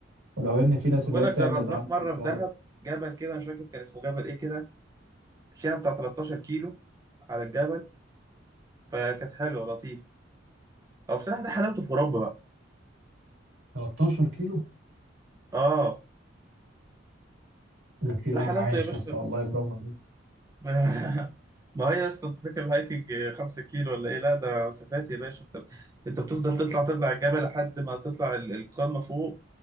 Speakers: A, on the right; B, on the right.
A: ولو ان في ناس
B: بقول
A: اللي هي
B: لك
A: بتعمل
B: جربناه
A: الهايكنج
B: في مره
A: دوت
B: في دهب جبل كده مش فاكر كان اسمه جبل ايه كده مشينا بتاع 13 كيلو على الجبل فكانت حلوه لطيفه او بصراحه ده حلاوته في اوروبا بقى
A: 13 كيلو
B: اه
A: ده كتير
B: ده
A: قوي
B: حلاوته
A: عايش
B: يا باشا
A: يا اسطى والله برافو عليك
B: <laughs> ما هي يا اسطى انت فاكر الهايكنج 5 كيلو ولا ايه لا ده مسافات يا باشا انت انت بتفضل تطلع تطلع الجبل لحد ما تطلع ال- القمه فوق